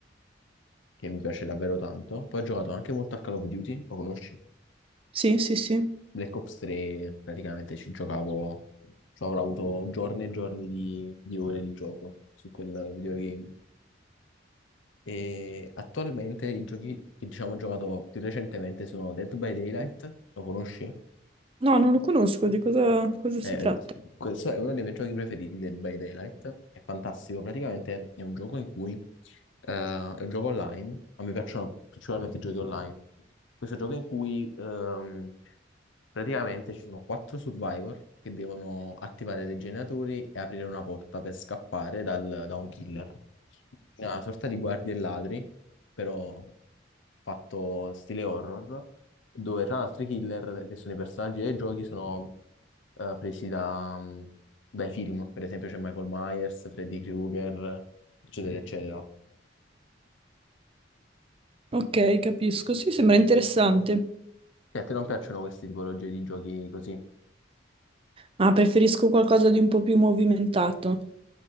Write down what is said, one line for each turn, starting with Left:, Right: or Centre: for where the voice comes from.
Left: che mi piace davvero tanto. Poi ho giocato anche molto a Call of Duty, lo conosci?
Right: Sì, sì, sì.
Left: Black Ops 3, praticamente ci giocavo, ci avrò avuto giorni e giorni di, di ore di gioco su quel videogame. E attualmente i giochi che diciamo ho giocato più recentemente sono Dead by Daylight, lo conosci?
Right: No, non lo conosco, di cosa, cosa
Left: Eh,
Right: si tratta?
Left: questo è uno dei miei giochi preferiti, Dead by Daylight, è fantastico, praticamente è un gioco in cui eh, è un gioco online, a me piacciono principalmente i giochi online. Questo gioco in cui ehm, praticamente ci sono quattro survivor che devono attivare dei generatori e aprire una porta per scappare dal- da un killer. Una sorta di guardie e ladri però fatto stile horror, dove tra l'altro i killer, che sono i personaggi dei giochi, sono eh, presi da, mh, dai film. Per esempio c'è Michael Myers, Freddy Krueger, eccetera, eccetera.
Right: Ok, capisco. Sì, sembra interessante.
Left: Che a te non piacciono queste tipologie di giochi così?
Right: Ah, preferisco qualcosa di un po' più movimentato.